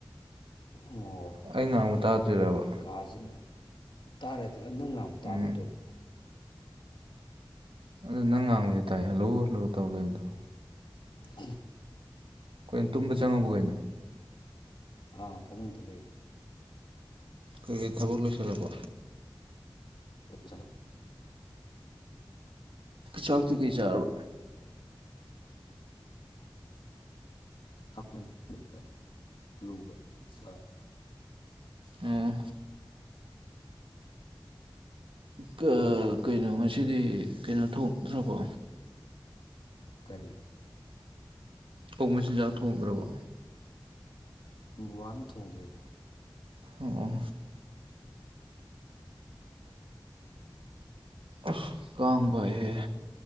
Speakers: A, on the left; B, on the right.
A: ꯑꯣ
B: ꯑꯩ ꯉꯥꯡꯕ ꯇꯥꯗ꯭ꯔꯤꯔꯕ
A: ꯀꯥꯁꯤꯅ ꯇꯥꯔꯦ ꯅꯪ ꯉꯥꯡꯕ ꯇꯥꯔꯨꯗꯔꯣ
B: ꯎꯝ ꯑꯗꯨꯗ ꯅꯪꯅ ꯉꯥꯡꯕꯗꯤ ꯇꯥꯏꯌꯦ ꯍꯜꯂꫭ ꯍꯜꯂꫭ ꯇꯧ ꯂꯩꯕꯗꯣ
A: ꯎꯝ
B: ꯀꯩꯅꯣ ꯇꯨꯝꯕ ꯆꯪꯉꯕꯣ ꯀꯩꯅꯣ
A: ꯑꯥ ꯐꯃꯨꯡꯗ ꯂꯩ
B: ꯀꯩꯀꯩ ꯊꯥꯕꯛ ꯂꯣꯏꯁꯜꯂꯕꯣ
A: ꯂꯣꯢꯁꯜꯂꯦ
B: ꯆꯥꯛꯇꯤ ꯀꯩ ꯆꯥꯔꯕ
A: ꯈꯥꯃꯦꯟ ꯊꯣꯡꯕꯒ ꯑꯂꯨꯒ ꯁꯥꯛ
B: ꯑꯣ ꯀꯥ
A: ꯅꯣꯏꯗꯤ
B: ꯀꯩꯅꯣ ꯉꯁꯤꯗꯤ ꯀꯩꯅꯣ ꯊꯣꯛꯇ꯭ꯔꯕꯣ
A: ꯀꯔꯤ
B: ꯑꯣꯛ ꯃꯆꯤꯟꯖꯥꯛ ꯊꯣꯡꯗ꯭ꯔꯕꯣ
A: ꯕꯥꯕꯥꯅ ꯊꯣꯡꯒ꯭ꯔꯦꯗꯥ
B: ꯑꯣ ꯑꯁ ꯀꯥꯡ ꯄꯥꯏꯍ°